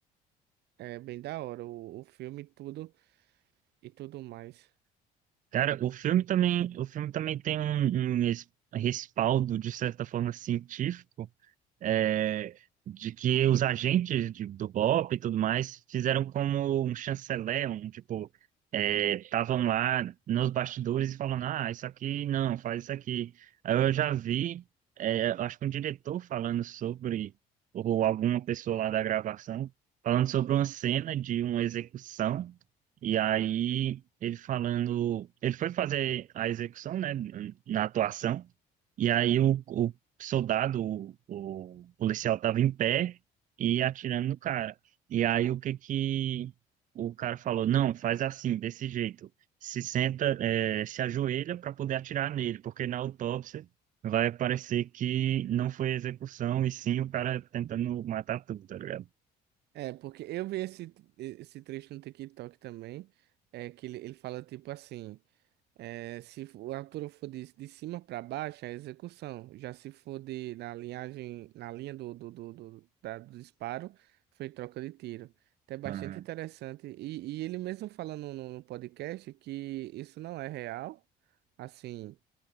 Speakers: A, on the right; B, on the right.
A: é bem da hora, o, o filme e tudo. e tudo mais.
B: Cara, o filme também, o filme também tem um, um es- respaldo, de certa forma, científico é, de que os agentes de- do BOP e tudo mais fizeram como um chanceler, um tipo, estavam lá nos bastidores falando, ah, isso aqui não, faz isso aqui. Aí eu já vi, é, eu acho que um diretor falando sobre, ou alguma pessoa lá da gravação, falando sobre uma cena de uma execução, e aí ele falando, ele foi fazer a execução, né, na atuação, e aí o, o soldado, o, o policial tava em pé e atirando no cara. E aí o que que o cara falou? Não, faz assim, desse jeito. Se senta, é, se ajoelha para poder atirar nele, porque na autópsia vai aparecer que não foi execução e sim o cara tentando matar tudo, tá ligado?
A: É, porque eu vi esse, esse trecho no TikTok também, é que ele, ele fala tipo assim, é, se o altura for de, de cima para baixo, é execução. Já se for de, na linhagem, na linha do, do, do, do, da- do disparo, foi troca de tiro. Então é bastante
B: Aham.
A: interessante. E, e ele mesmo falando no, no podcast que isso não é real, assim...